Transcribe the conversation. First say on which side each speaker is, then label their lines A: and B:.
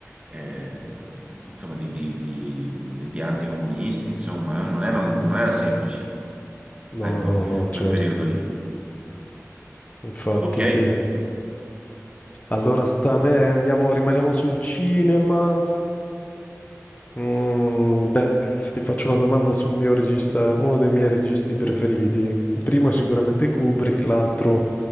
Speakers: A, on the right; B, on the left.
A: ehm, insomma, di, di- di- di anticomunisti, insomma, eh, non era, un- non era semplice,
B: No,
A: ecco,
B: no, no, certo,
A: quel periodo lì.
B: infatti
A: Ok.
B: sì. Allora sta a me, andiamo, rimaniamo sul cinema. Mm, beh, ti faccio una domanda sul mio regista, uno dei miei registi preferiti. Il primo è sicuramente Kubrick, l'altro